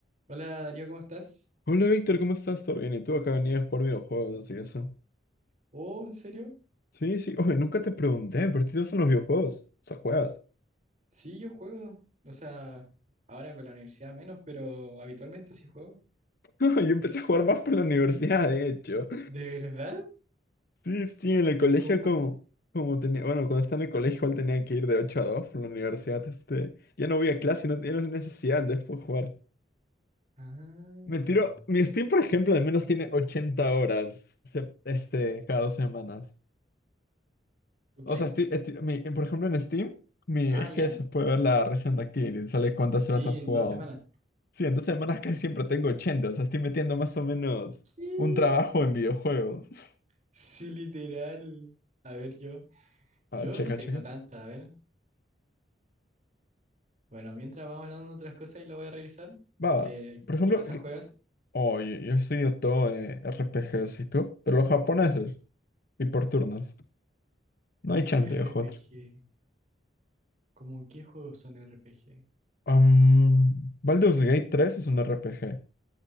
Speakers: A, on the right (about 45°); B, on the left (about 60°).
A: Hola Darío, ¿cómo estás?
B: Hola Víctor, ¿cómo estás? ¿Todo bien? ¿Y tú acá venías a jugar videojuegos y eso?
A: Oh, ¿en serio?
B: Sí, sí. Oye, nunca te pregunté, pero qué te gustan los videojuegos? O sea, juegas.
A: Sí, yo juego. O sea, ahora con la universidad menos, pero habitualmente sí juego.
B: <laughs> Yo empecé a jugar más por la universidad, de hecho.
A: ¿De verdad?
B: Sí, sí, en el
A: ¿Y
B: colegio
A: Sí, cómo?
B: como,
A: tú.
B: como tenía, bueno, cuando estaba en el colegio igual tenía que ir de 8 a 2 por la universidad, este, ya no voy a clase, no tenía necesidad de después jugar.
A: Ah,
B: Me tiro, mi Steam, por ejemplo, al menos tiene 80 horas, se- este, cada dos semanas.
A: ¿tú
B: O
A: qué?
B: sea, esti- esti- mi- eh, por ejemplo, en Steam, mi,
A: Ah,
B: es
A: ya.
B: que se puede ver la Recent Activity, sale cuántas
A: Sí,
B: horas has
A: en
B: jugado.
A: dos semanas.
B: Sí, en dos semanas casi siempre tengo ochenta o sea, estoy metiendo más o menos
A: ¿Qué?
B: un trabajo en videojuegos. <laughs>
A: Sí, literal. A ver, yo.
B: Ah,
A: Yo
B: checa,
A: no tengo
B: checa.
A: tanta, a ver. Bueno, mientras vamos hablando de otras cosas y lo voy a revisar.
B: Va, va.
A: eh,
B: por ejemplo,
A: ¿qué cosas
B: que-
A: juegas?
B: oh, yo, yo estoy todo eh, RPGs y tú, pero los japoneses y por turnos. No hay chance
A: RPG.
B: de jugar.
A: ¿Cómo qué juegos son RPG?
B: Um, Baldur's Gate tres es un RPG.